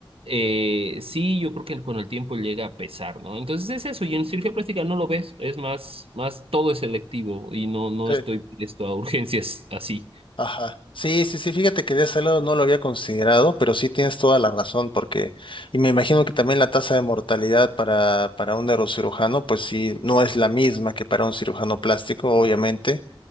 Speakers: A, on the right (about 85°); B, on the left (about 60°).
A: eh, sí, yo creo que con el tiempo llega a pesar, ¿no? Entonces es eso, y en cirugía plástica no lo ves, es más, más todo es selectivo y no, no
B: sí.
A: estoy listo a <laughs> urgencias así.
B: Ajá. Sí, sí, sí, fíjate que de ese lado no lo había considerado, pero sí tienes toda la razón, porque, y me imagino que también la tasa de mortalidad para, para un neurocirujano, pues sí, no es la misma que para un cirujano plástico, obviamente.